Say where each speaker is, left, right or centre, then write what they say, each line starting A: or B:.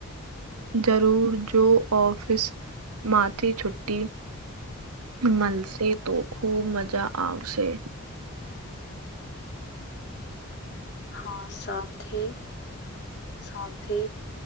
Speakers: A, on the right; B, on the left.
A: જરૂર જો ઓફિસ માાથી છુ્ટટી મલશે તો ખુબ મજા આવશે
B: હા સાથે સાથે